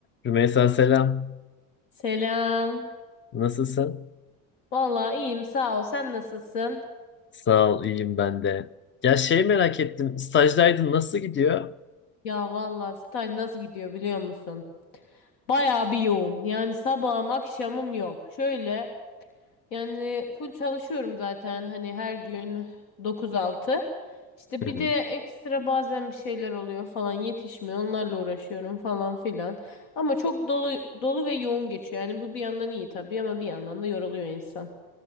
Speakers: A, on the left (about 30°); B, on the left (about 75°).
A: Rümeysa selam.
B: Selam.
A: Nasılsın?
B: Valla iyiyim sağ ol. Sen nasılsın?
A: Sağ ol, iyiyim ben de. Ya şey merak
B: İyi.
A: ettim. Stajdaydın nasıl gidiyor?
B: Ya vallahi staj nasıl gidiyor biliyor musun? Bayağı bir yoğun. Yani sabahım akşamım yok. Şöyle yani full çalışıyorum zaten hani her gün dokuz altı. İşte
A: Hı
B: bir
A: hı.
B: de ekstra bazen bir şeyler oluyor falan yetişmiyor. Onlarla uğraşıyorum falan filan. Ama çok dolu dolu ve yoğun geçiyor. Yani bu bir yandan iyi tabii ama bir yandan da yoruluyor insan.